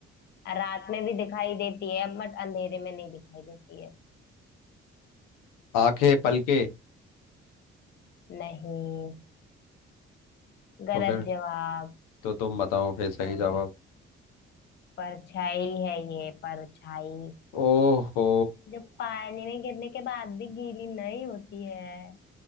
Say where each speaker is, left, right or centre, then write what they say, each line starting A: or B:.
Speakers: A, on the left (about 35°); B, on the left (about 70°).
A: रात में भी दिखाई देती है बट अंधेरे में नहीं दिखाई देती है
B: आंखें पलके
A: नहीं गलत
B: तो फिर
A: जवाब
B: तो तुम बताओ फिर सही
A: हाँ,
B: जवाब
A: बस परछाई है ये परछाई
B: ओहो
A: जो पानी में गिरने के बाद भी गीली नहीं होती है